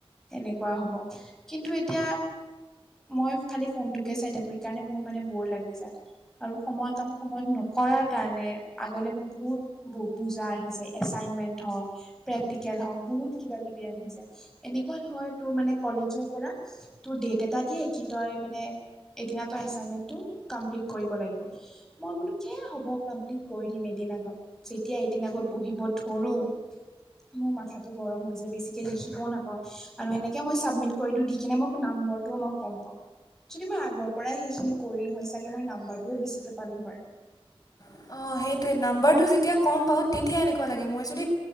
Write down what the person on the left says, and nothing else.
অ সেইটোৱে নাম্বাৰটো যেতিয়া কম পাওঁ তেতিয়া এনেকুৱা লাগে মই যদি